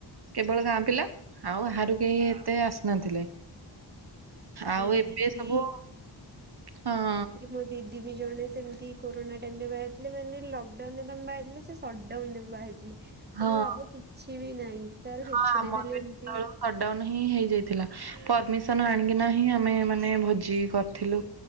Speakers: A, on the right; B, on the right.
A: କେବଳ ଗାଁ ପିଲା ଆଉ ବାହାରୁ କେହି ଏତେ ଆସି ନଥିଲେ ଆଉ
B: ମୋ
A: ଏବେ
B: ଦିଦି
A: ସବୁ ହଁ।
B: ମୋ ଦିଦି ବି ଜଣେ ସେମିତି କୋରୋନା ଟାଇମ୍ ରେ ବାହା ହେଇଥିଲେ ମାନେ ଏଇଠି ଲକ୍ ଡାଉନ୍ ରେ ତମେ ବାହା ହେଇଥିଲେ ସେ ସଟ୍ ଡାଉନ୍ ରେ ବାହା‌ ହେଇଥିଲେ। ହେଲେ
A: ହଁ
B: ଲାଭ କିଛି ବି ନାହିଁ। ତାର
A: ହଁ
B: କିଛି ନାହିଁ
A: ମତେ
B: ଖାଲି
A: ବି
B: ଏମିତି
A: ତ ଆଉ ସଟ୍ ଡାଉନ୍ ହିଁ ହେଇଯାଇଥିଲା ପରମିସନ୍ ଆଣିକିନା ହିଁ ଆମେ ମାନେ ଭୋଜି କରି ଥିଲୁ